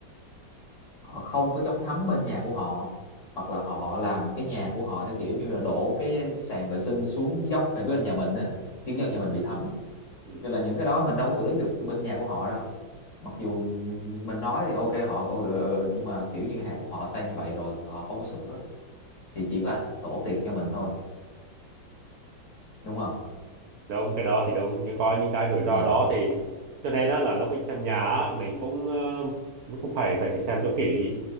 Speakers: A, on the left; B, on the right.
A: họ không có chống thấm bên nhà của họ hoặc là họ
B: Ừ.
A: làm cái nhà của họ theo kiểu như là đổ cái sàn vệ sinh xuống dốc về bên nhà mình á khiến
B: Ừ.
A: cho nhà mình bị thấm
B: Ừ.
A: nên là những cái đó mình đâu có xử lý được bên nhà của họ đâu mặc dù mình nói thì ok họ ừ, ừ, ừ, ừ, nhưng mà kiểu như hàng của họ xây như vậy rồi thì họ không có sửa thì chỉ có tổ thiệt cho mình thôi đúng không
B: đúng cái đó thì đúng nhưng có những cái rủi ro
A: ừ.
B: đó thì cho nên á là lúc mình xem nhà á, mình cũng ờ, mình cũng phải phải phải xem cho kỹ